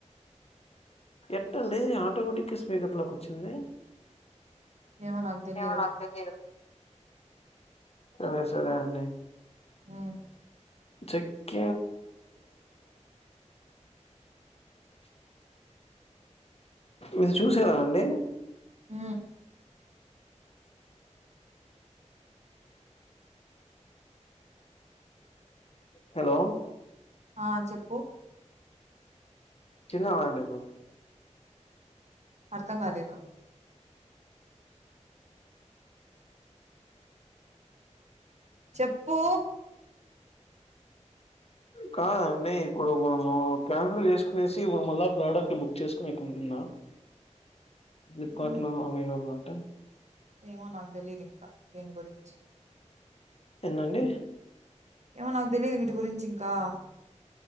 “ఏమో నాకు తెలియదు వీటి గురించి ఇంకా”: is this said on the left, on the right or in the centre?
Right